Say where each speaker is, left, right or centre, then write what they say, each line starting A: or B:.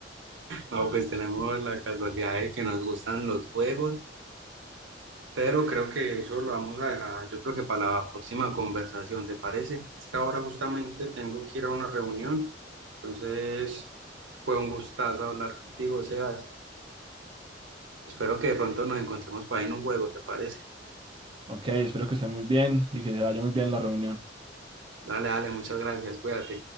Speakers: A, on the right (about 80°); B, on the right (about 25°).
A: No, pues tenemos la casualidad de que nos gustan los juegos, pero creo que eso lo vamos a dejar, yo creo que para la próxima conversación, ¿te parece? Es que ahora justamente tengo que ir a una reunión, entonces fue un gustazo hablar contigo, Sebas. Espero que de pronto nos encontremos para ir en un juego, ¿te parece?
B: Ok, espero que esté muy bien y que se vaya muy bien la reunión.
A: Dale, dale, muchas gracias, cuídate.